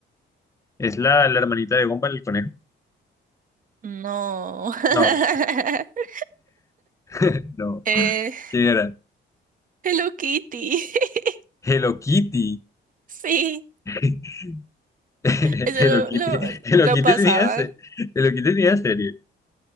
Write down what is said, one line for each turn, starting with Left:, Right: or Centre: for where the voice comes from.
Left: es la, la hermanita de Gumball, el conejo.
Right: no. <laughs>
Left: No, <laughs> no,
Right: Eh,
Left: ¿qué era?
Right: Hello Kitty. <laughs>
Left: Hello Kitty.
Right: Sí,
Left: <laughs> Hello
Right: eso
Left: Kitty.
Right: lo, lo,
Left: Hello
Right: lo
Left: Kitty
Right: pasaban.
Left: tenía, se- Hello Kitty tenía serie.